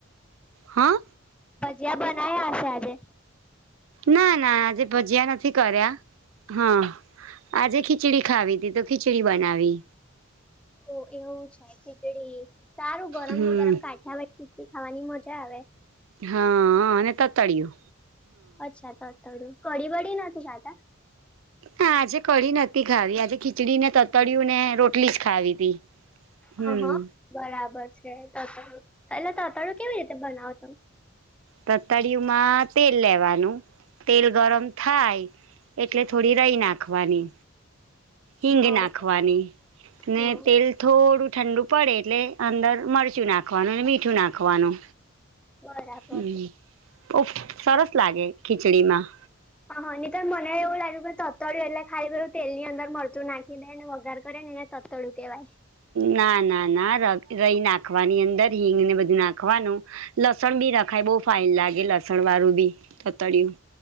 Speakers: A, on the right; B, in the centre.
A: હા
B: ભજીયા બના્યા હશે આજે
A: ના ના આજે ભજયા નથી કર્યા હા આજે ખીચડી ખાવી તી તો ખીચડી બનાવી
B: ઓ એવું છે ખીચડી સારું ગરમ
A: હમ
B: ગરમ કાઠા વ સીી ખાવાની મજા આવે
A: હા અને તતાળિયુ.
B: અચ્છા તતડું કડી વડી નથી ખાતા
A: હા આજે કઢી નથી ખાવી આજે ખીચડી ને તતળિયું ને રોટલી જ ખાવી તી હમ
B: હ હા બરાબર છે, તતાળું પેલા તતાળું કેવી રીતે બનાવતો
A: તતળિયુંમાં તેલ લેવાનુ. તેલ ગરમ થાય એટલે થોડી રહી નાખવાની હિંગ
B: હ
A: નાખવાની
B: હમ
A: તેલ થોડું ઠંડુ. પડે એટલે અંદર મરચું નાખવાનું અને મીઠું નાખવાનુ
B: બરા
A: હમ ઓ સરસ લાગે ખીચડી માં
B: હા હા નહી તોર મને એવું લાગ્યું કે તતળું એલે ખાઈ પું તેલ ની અંદર મરચું નાખી દે વગાર કરે નેને તડું કેવાય
A: ના ના ના ર રહી નાખવાની અંદર હિંગને બધું નાખવાનુ. લસણ બી રખાય બહ ફાઇન લાગે લસણ વાળું બી તતળિયું